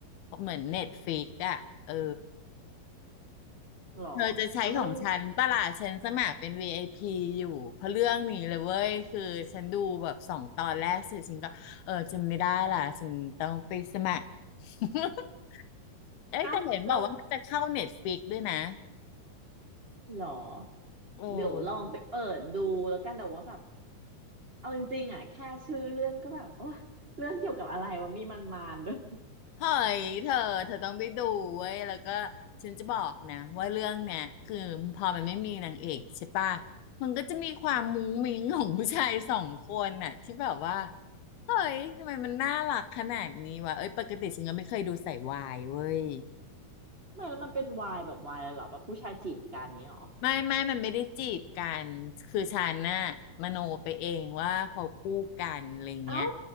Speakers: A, on the left; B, on the right.
A: เหมือนเน็ตฟ i ิกอะเออ
B: <laughs> หรอ
A: เธอจะใช้ของฉันปะล่ะฉันสมัครเป็น
B: แล้วมัน
A: VIP อพีอยู่เพราะเรื่องนี้เลยเว้ยคือฉันดูแบบสองตอนแรกเสร็จฉันก็เออจำไม่ได้ล่ะฉันต้องไปสมัคร <laughs> เอ้ยแต่เห็นบอกว่ามันจะเข้าเน็ตฟ
B: เอ้าเรา
A: i ิกด้วยนะ
B: หรอ
A: โอ้
B: เดี๋ยวลองไปเปิดดูแล้วกันแต่ว่าแบบเอาจริงๆอ่ะแค่ชื่อเรื่องก็แบบโอ้เรื่องเกี่ยวกับอะไรวะมีมันมานด้วย
A: เฮ้ยเธอเธอต้องไปดูเว้ยแล้วก็ฉันจะบอกนะว่าเรื่องเนี่ยคือพอมันไม่มีนางเอกใช่ปะมันก็จะมีความมุ้งมิ้งของผู้ชายสองคนน่ะที่แบบว่าเฮ้ยทำไมมันน่ารักขนาดนี้วะเอ้ยปกติฉันก็ไม่เคยดูใส่วายเว้ย
B: ไม่แล้วมันเป็นวายแบบวายเลยเหรอแบบผู้ชายจีบกันเงี้ยเหรอ
A: ไม่ไม่มันไม่ได้จีบกันคือฉันน่ะมโนไปเองว่าเขาคู่กันอะไรเงี้ย
B: เอ้า